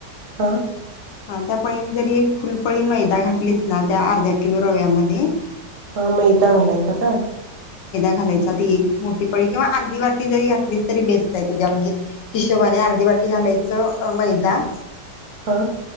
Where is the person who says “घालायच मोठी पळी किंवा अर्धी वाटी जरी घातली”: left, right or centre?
Left